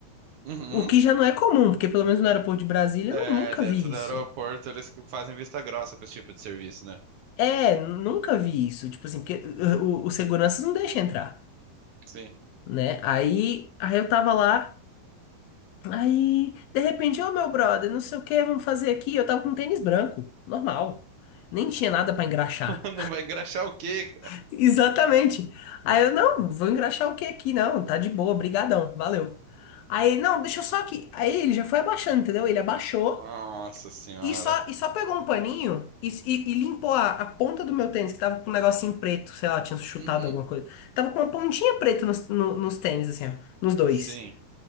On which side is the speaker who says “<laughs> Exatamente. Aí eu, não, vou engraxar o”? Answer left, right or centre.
Left